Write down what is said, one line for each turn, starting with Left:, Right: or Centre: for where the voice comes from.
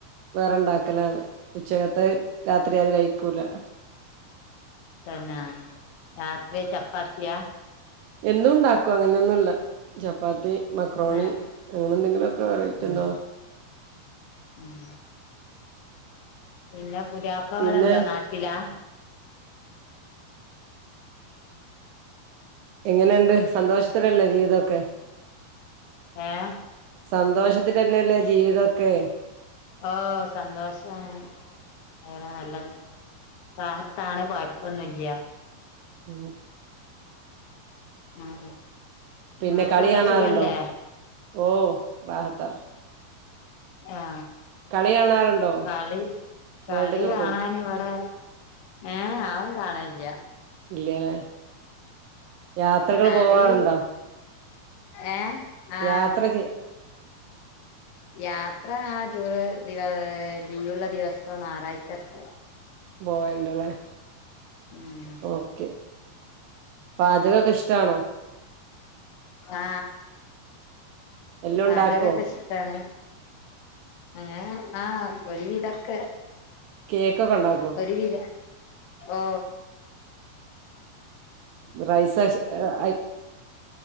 Right: വേറെണ്ടാക്കലാണ് ഉച്ചകത്തെ രാത്രി ആരു കഴിക്കൂല
Left: തന്നെ രാത്രിയ് ചപ്പാത്തിയാ
Right: എന്തും ണ്ടാക്കും അങ്ങനെയൊന്നുല്ല ചപ്പാത്തി മക്രോണി
Left: ആഹ്
Right: അങ്ങനെന്തെങ്കിലൊക്കെ വെറൈറ്റി
Left: ഉം
Right: എന്തോ
Left: ഉം പിന്നെ പുതിയാപ്ലവ്ടെണ്ടോ
Right: പിന്നെ
Left: നാട്ടിലാ
Right: എങ്ങനൊണ്ട് സന്തോഷത്തിലല്ലേ ജീവിതൊക്കെ
Left: ഏഹ്
Right: സന്തോഷത്തിലന്നെല്ലേ ജീവിതൊക്കെ
Left: ഓഹ് സന്തോഷാണ് ഖൈർ നല്ല റാഹത്താണ് കൊഴപ്പൊന്നുല്ലൃ
Right: ഉ
Left: ഉം
Right: പിന്നെ
Left: നിങ്ങൾക്കൊക്കെ
Right: കളി കാണാറുണ്ടോ
Left: സുഖല്ലേ
Right: ഓ റാഹത്താണ്
Left: അ
Right: കളി കാണാറുണ്ടോ
Left: കളി കളികാണാൻ
Right: വേൾഡ് കപ്പ്
Left: ഇവിടെ ഏ ഞാൻ കാണലില്ല
Right: ഇല്ലാലേ യാത്രകൾ
Left: കളി
Right: പോവാറുണ്ടോ
Left: ഏ ആഹ്
Right: യാത്ര ചെ
Left: യാത്ര ആ ദൂരെ ദിവ ലീവൊള്ള ദിവസം നാറാഴ്ചയൊക്കെ
Right: ബോയണ്ടലേ
Left: ഉം
Right: ഓക്കെ പാചകകൊക്കെ ഇഷ്ടാണോ
Left: ആ
Right: എല്ലാം
Left: പാചകകൊക്കെ
Right: ഉണ്ടാക്കോ
Left: ഇഷ്ടാണ് അങ്ങനെ ആ ഒരു വിധൊക്കെ
Right: കേക്കൊക്കെ ഉണ്ടാക്കോ
Left: ഒരുവിധം ഓ
Right: റൈസാസ് ഓ ഐ